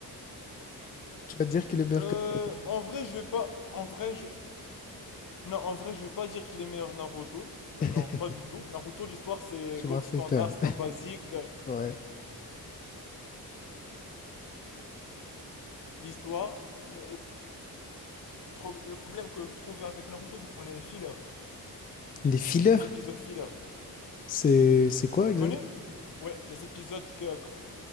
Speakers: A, on the left (about 25°); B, on the left (about 60°).
A: Tu vas dire qu'il est meilleur
B: Euh,
A: que Naruto.
B: en vrai, je vais pas. En vrai, je. Non, en vrai, je vais pas dire qu'il est meilleur Naruto. Genre,
A: <laughs>
B: pas du tout. Naruto, l'histoire, c'est
A: Tu
B: gold
A: m'as fait
B: standard,
A: peur.
B: c'est un basique. euh,
A: Ouais.
B: L'histoire. Le, le tro- le problème que je trouvais avec Naruto, ce sont les fillers.
A: Les fillers,
B: Les épisodes fillers.
A: c'est c'est quoi
B: Tu
A: exactement?
B: connais? Ouais, les épisodes que,